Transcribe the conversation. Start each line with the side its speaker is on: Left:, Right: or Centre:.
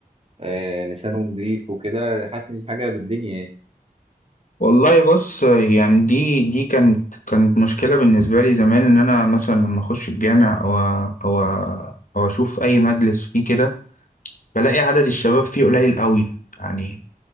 Right: آه، لسانه نظيف وكده حاسس إن دي حاجة بالدنيا يعني
Left: والله بص يعني دي دي كانت كانت مشكلة بالنسبة لي زمان إن أنا مثلا لما أخش الجامع أو أو أو أشوف أي مجلس فيه كده بلاقي عدد الشباب فيه قليل قوي يعني